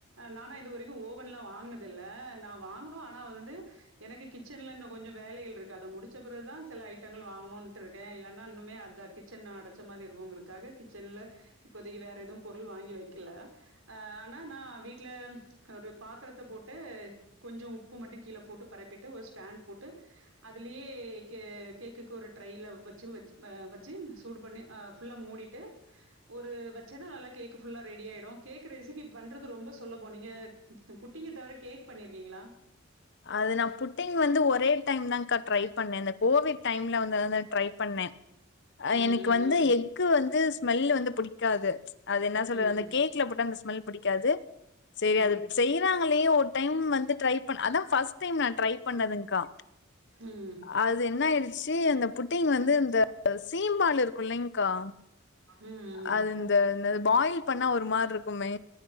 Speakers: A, on the right; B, on the left.
A: நானா இது வரைக்கும் ஓவன்லாம் வாங்குனது இல்ல நா வாங்கனும் ஆனா வந்து எனக்கு கிச்சன்ல இன்னு கொஞ்சம் வேலைகள் இருக்கு அத முடிச்ச பிறகுதா சில ஐட்டங்கள் வாங்க டுருக்கேன் இல்லன்னா இன்னுமே அட‌ கிச்சன் அடச்ச மாதி இருக்கும்கறத்துக்காக கிச்சன்ல இப்போதைக்கு வேற ஏதும் பொருள் வாங்க வாங்கி வைக்கல ஆ ஆனா நா வீட்டில் ஒரு பாத்திரத்த போட்டு கொஞ்சோ உப்பு மட்டும் கீழே போட்டு பரப்பிட்டு ஒரு ஸ்டாண்ட் போட்டு அதுலேயே கேக் கேக்குக்கு ஒரு ட்ரேல வச்சு வச் வச்சு சூடு பண்ணி ஃபுல்லா மூடிட்டு ஒரு வச்சேன்னா நல்லா கேக் ஃபுல்லா ரெடி ஆயிடும் கேக் ரெசிபி பண்றது ரொம்ப சுலபம் நீங்க புட்டிங்க தவிர கேக் பண்ணிருக்கீங்களா
B: அது நா புட்டிங் வந்து ஒரே டைம் தான்கா ட்ரை பண்ணேன் இந்த கோவிட் டைம்ல வந்து அதுல ட்ரை பண்ணேன்
A: ம்,
B: எனக்கு
A: ம்,
B: வந்து
A: அ ம்.
B: எக்கு வந்து ஸ்மெல் வந்து புடிக்காது அது என்ன சொல்
A: ம்,
B: அந்த கேக்ல போட்ட அந்த ஸ்மெல் பிடிக்காது சரி
A: ம்,
B: செய்யறாங்களே ஒரு டைம் வந்து ட்ரை பண்ணே அதான் ஃபஸ்ட் டைம் நா ட்ரை பண்ணதுங்க்கா
A: ம்.
B: அது என்ன ஆயிடுச்சு அந்த புட் ட்டிங் வந்து இந்த சீம்பால் இருக்குல்லைங்க்கா
A: ம், ம்,
B: அது இந்த பாயில் பண்ணா ஒரு மாறிருக்குமே